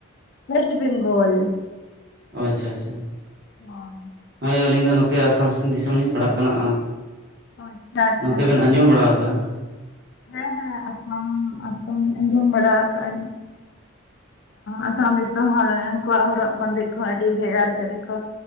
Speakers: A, on the left; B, on the right.
A: ᱚᱭᱮᱥᱴ ᱵᱮᱝᱜᱚᱞ᱾
B: ᱚ ᱟᱪᱪᱷᱟ ᱟᱪᱪᱷᱟ
A: ᱦᱳᱭ
B: ᱦᱳᱭ ᱟᱹᱞᱤᱧ ᱫᱚ ᱱᱚᱛᱮ ᱟᱥᱟᱢ ᱥᱤᱱ ᱫᱤᱥᱚᱢ ᱞᱤᱧ ᱯᱟᱲᱟᱜ ᱠᱟᱱᱟ᱾
A: ᱟᱪᱪᱷᱟ ᱟᱪᱪᱷᱟ
B: ᱱᱚᱛᱮ ᱵᱮᱱ ᱟᱸᱡᱚᱢ
A: ᱟᱪᱪᱷᱟ
B: ᱵᱟᱲᱟ ᱠᱟᱜᱼᱟ?
A: ᱦᱮᱸ ᱦᱮᱸ ᱟᱥᱟᱢ ᱟᱥᱟᱢ ᱟᱸᱡᱚᱢ ᱵᱟᱲᱟ ᱠᱟᱜᱼᱟ᱾ ᱟᱥᱟᱢ ᱫᱤᱥᱚᱢ ᱦᱚᱲ ᱩᱱᱠᱩᱣᱟᱜ ᱦᱚᱨᱚᱜ ᱵᱟᱸᱫᱮ ᱠᱚᱦᱚᱸ ᱟᱹᱰᱤ ᱵᱷᱮᱜᱟᱨ ᱜᱮ ᱠᱚ